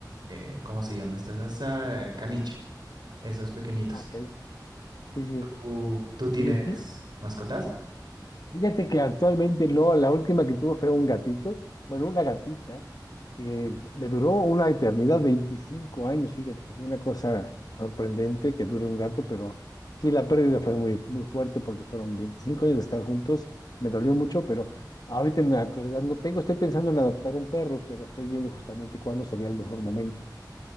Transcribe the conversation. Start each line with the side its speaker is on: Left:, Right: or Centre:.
Right: eh, ¿cómo se llaman estas raza? Eh, Caniche, esos pequeñitos.
Left: Ah, ok. Sí, sí.
Right: ¿Tú, tú tienes
Left: Sí, sí.
Right: mascotas?
Left: Fíjate que actualmente no, la última que tuve fue un gatito, bueno, una gatita, que me duró una eternidad, 25 años, fíjate, una cosa sorprendente que dure un gato, pero sí, la pérdida fue muy, muy fuerte porque fueron 25 años de estar juntos, me dolió mucho, pero ahorita en la actualidad no tengo, estoy pensando en adoptar un perro, pero estoy viendo justamente cuándo sería el mejor momento.